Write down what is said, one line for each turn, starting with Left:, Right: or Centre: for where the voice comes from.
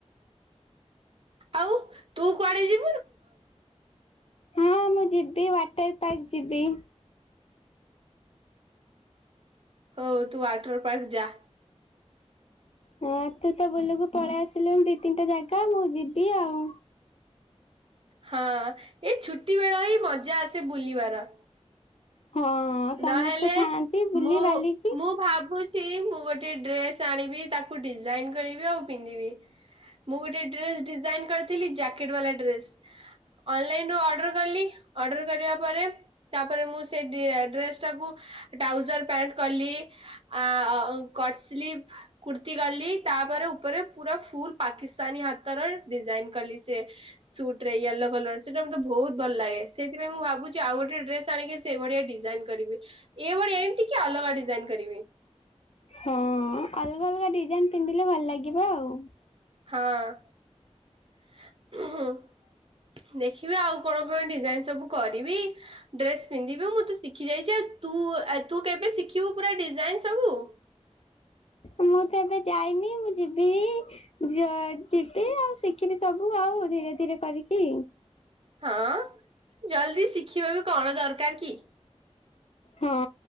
Right: ଆଉ ତୁ କୁଆଡେ ଯିବୁ?
Left: ହଁ ମୁଁ ଯିବି ୱାଟର ପାର୍କ ଯିବି
Right: ହଉ ତୁ ୱାଟର ପାର୍କ ଯା
Left: ହଁ ତୁ ତ ବୁଲକୁ ପଳେଇ ଆସିଲୁ ଦି ତିନିଟା ଜାଗା ମୁଁ ଯିବି ଆଉ।
Right: ହଁ ଏ ଛୁଟି ବେଳ ହିଁ ମଜା ଆସେ ବୁଲିବାର
Left: ହଁ ସମସ୍ତେ
Right: ନହେଲେ
Left: ଥାଆନ୍ତି ବୁଲି
Right: ମୁଁ
Left: ବାଲିକି
Right: ମୁଁ ଭାବୁଛି ମୁଁ ଗୋଟେ ଡ୍ରେସ ଆଣିବି ତାକୁ ଡିଜାଇନ କରିବି ଆଉ ପିନ୍ଧିବି ମୁଁ ଗୋଟେ ଡ୍ରେସ ଡିଜାଇନ କରିଥିଲି ଜ୍ୟାକେଟ ବାଲା ଡ୍ରେସ। ଅନଲାଇନ ରୁ ଅର୍ଡର କଲି ଅର୍ଡର କରିବା ପରେ ତାପରେ ମୁଁ ସେଇ ଡ୍ରେସଟାକୁ ଟ୍ରାଉଜର ପ୍ୟାଣ୍ଟ କଲି। ଆ କଟ ସ୍ଲିଭ କୁର୍ତ୍ତି କଲି ତାପରେ ଉପରେ ପୁରା ଫୁଲ ପାଖି ସନି ହାତର ଡିଜାଇନ କଲି ସେ ସୁଟ ରେୟାଲ ର କଲର ସେଇଟା ମତେ ବହୁତ ଭଲ ଲାଗେ ସେଇଥିାଇଁ ମୁଁ ଭାବୁଛି ଆଉ ଗୋଟେ ଡ୍ରେସ ଆଣିକି ସେଇ ଭଳିଆ ଡିଜାଇନ କରିବି। କରିବି ଏଭଳିଆ ଏମିତି କି ଅଲଗା ଡିଜାଇନ କରିବି।
Left: ହଁ ଅଲଗା ଅଲଗା ଡିଜାଇନ ପିନ୍ଧିଲେ ଭଲ ଲାଗିବ ଆଉ।
Right: ହଁ ଦେଖିବି ଆଉ କଣ କଣ ଡିଜାଇନ ସବୁ କରିବି। ଡ୍ରେସ ପିନ୍ଧିବି ମୁଁ ତ ଶିଖି ଯାଇଛି ଆଉୁ ତୁ କେବେ ଶିଖିବୁ ପୁରା ଡିଜାଇନ ସବୁ। <inaudible>
Left: ମୁଁ ତ ଏବେ ଯାଇନି ମୁଁ ଯିବି। ଯୁଆଡେ ଯିବି ଆଉ ଶିଖିବି ସବୁ ଆଉ ଧୀରେ ଧୀରେ କରିକି।
Right: ହଁ ଜଲଦି ଶିଖିବା ବି କଣ ଦରକାର କି?
Left: ହଁ